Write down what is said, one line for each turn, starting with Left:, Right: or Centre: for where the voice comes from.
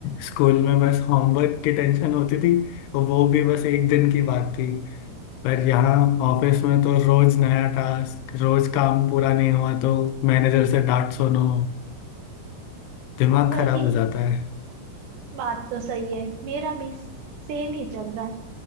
Left: स्कूल में बस होमवर्क की टेंशन होती थी और वो भी बस एक दिन की बात थी पर यहाँ ऑफिस में तो रोज नया टास्क रोज काम पूरा नहीं हुआ तो मैनेजर से डांट सुनो दिमाग
Right: वही
Left: खराब हो जाता है
Right: बात तो सही है मेरा भी सेम ही चल रहा है